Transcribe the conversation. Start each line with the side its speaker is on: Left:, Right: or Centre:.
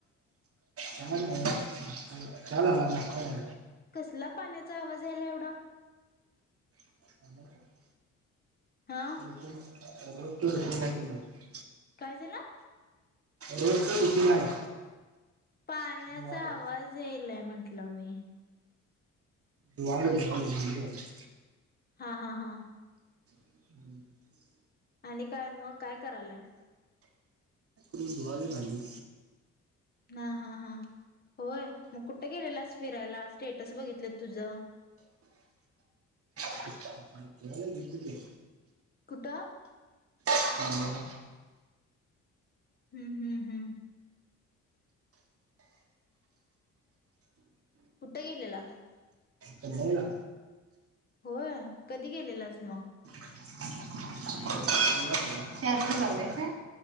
Right: काय नाही. चहा, नाष्टा झाला.
Left: कसला पाण्याचा आवाज यायला एवढा!
Right: <inaudible>
Left: हा.
Right: <unintelligible>
Left: काय झाला?
Right: रोजच रुटिंग आहे.
Left: पाण्याचा
Right: धुवालोय
Left: आवाज यायलाय म्हंटलं मी.
Right: धुवालोय होय. भांडी धुवाले.
Left: हा हा हा
Right: <inaudible>
Left: आणि काय मग काय करायलाय?
Right: मी धुवालोय भाडी.
Left: ह हा हा होय, मग कुठ गेलेलास फिरायला स्टेटस बघितलेत तुझं?
Right: फिरायला गेलतो कि,
Left: कुठ?
Right: हमम
Left: हम्म हम्म हम् कुठं गेलेला?
Right: चनाई ला.
Left: होय, कधी गेलेलास मग?
Right: <unintelligible> चारग झालंय काय